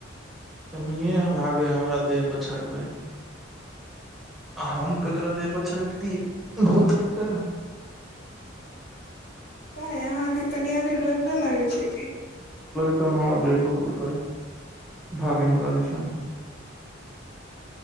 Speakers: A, in the centre; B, on the left.
A: कनिए भागय हमरा देह पर छड़पै हम केकरा देह पर छरपतियै भूत के
B: काय अहाँके कनिया के डर ने लागे छै की।
A: तब ने हमरा देह पे कूदके, भागे हमरा दिसा।